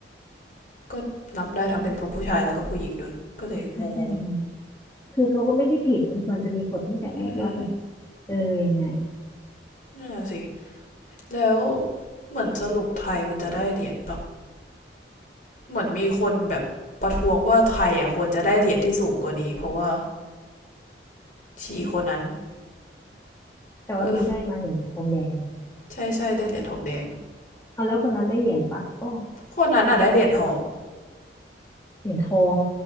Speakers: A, on the left; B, on the left.
A: ก็นับได้ทั้งเป็นทั้งผู้ชายแล้วก็ผู้หญิงด้วย ก็เลยงงง
B: ก็ใช่ไงคือเขาก็ไม่ได้ผิดมันควรจะมีกฎตั้งแต่แรกว่าแบบ
A: อืมอืม
B: เออยังไง
A: นั่นแหละสิ แล้ว เหมือนสรุปไทยมันจะได้เหรียญปะ เหมือนมีคนแบบประท้วงว่าไทยอ่ะควรจะได้เหรียญที่สูงกว่านี้เพราะว่าชีคนนั้น
B: แต่ว่าบีได้มาเหรียญทองแดงไง
A: เออใช่ใช่ได้เหรียญทองแดง
B: เอาแล้วคนนั้นได้เหรียญปะโอ้
A: คนนั้นอ่ะได้เหรียญทอง
B: เหรียญทอง